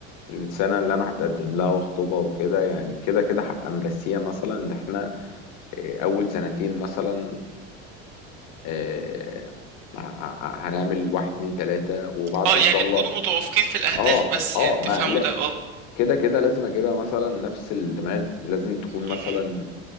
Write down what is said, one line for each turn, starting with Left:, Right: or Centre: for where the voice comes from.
Left: السنه اللي انا هتقدم لها وخطوبه وكده يعني كده كده هبقى مرسيه مثلا ان احنا إيه، اول سنتين مثلا آه، آه، آه، هنعمل واحد اتنين تلاتة وبعد
Right: اه
Left: ان
Right: يعني
Left: شاء الله
Right: تكونوا متوافقين في الاهداف
Left: اه
Right: بس
Left: اه
Right: يعني
Left: ما
Right: تفهموا
Left: لا
Right: ده اه
Left: كده كده لازم اجيبها مثلا نفس الدماغ لازم تكون مثلا
Right: مهم.